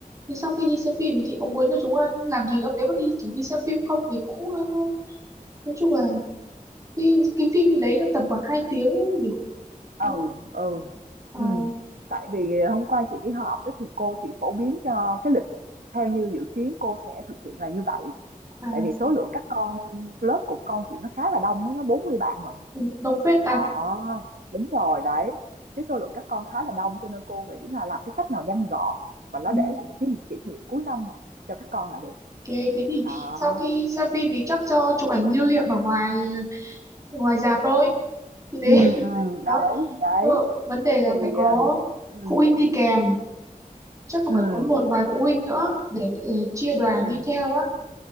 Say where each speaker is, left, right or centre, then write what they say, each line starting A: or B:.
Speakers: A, on the right; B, on the right.
A: thế sau khi đi xem phim chị có muốn cho chúng ăn làm gì không? Nếu mà đi chỉ đi xem phim không thì cũng ờ, nói chung là cái, cái phim đấy nó tầm khoảng 2 tiếng nhỉ?
B: Ừ,
A: Đúng.
B: ừ,
A: không?
B: ừ, Tại vì ờ, hôm qua chị đi họp á, thì cô chỉ phổ biến cho cái lịch á, theo như dự kiến cô sẽ thực hiện là như vậy.
A: Ờ, à,
B: Tại vì số lượng các con lớp của con chị nó khá là đông á, nó 40 bạn lận.
A: ừ, đồng phết ta.
B: Đó, đúng rồi đấy. Cái số lượng các con khá là đông cho nên cô nghĩ là làm cái cách nào nhanh gọn và nó
A: Ừ.
B: để lại những cái kỷ niệm cuối năm cho các con là được.
A: Ok, thế thì
B: Đó.
A: sau khi ra phim thì chắc cho chụp ảnh lưu niệm ở ngoài ngoài rạp thôi. Thì thế
B: Ừ,
A: <laughs>
B: ừ,
A: đó.
B: đấy, đấy.
A: Ờ, vấn đề là
B: Thì
A: phải có
B: ờ, ừ,
A: phụ huynh đi kèm, chắc là
B: ừ,
A: phải có một vài phụ huynh nữa để, để chia đoàn
B: ừ,
A: đi theo á.